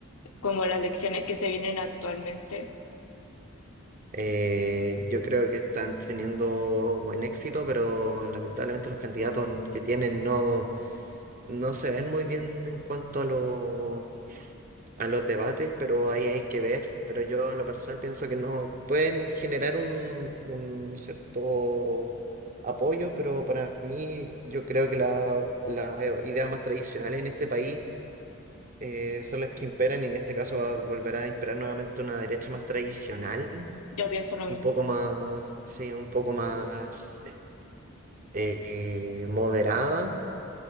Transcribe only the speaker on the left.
como las lecciones que se vienen actualmente?
Yo pienso lo
mismo.